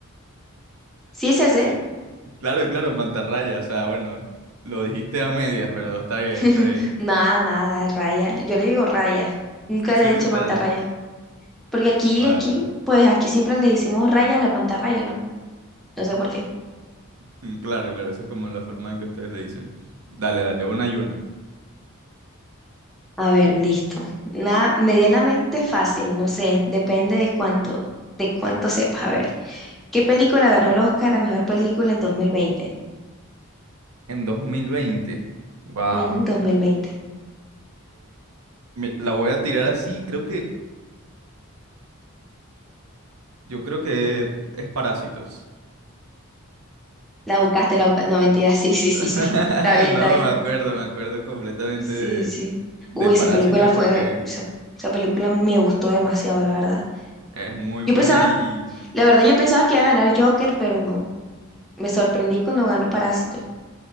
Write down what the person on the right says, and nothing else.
Sí. Claro, claro, mantarraya. O sea, bueno, lo dijiste a medias, pero está bien,
está bien.
Sí,
raya.
Vale,
vale.
Mm, Claro, claro, eso es como la forma que ustedes le dicen. Dale, dale, una y una.
En 2020, Wow.
la voy a tirar así, creo que. Yo creo que es parásitos.
<laughs>
No,
me acuerdo, me acuerdo completamente
de,
de
parásitos
porque
es muy
buena
y,